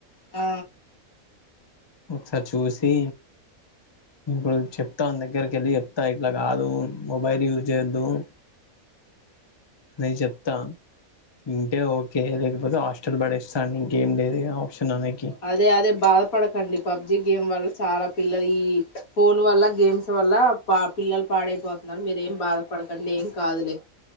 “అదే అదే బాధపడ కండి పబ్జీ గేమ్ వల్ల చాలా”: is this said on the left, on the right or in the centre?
Left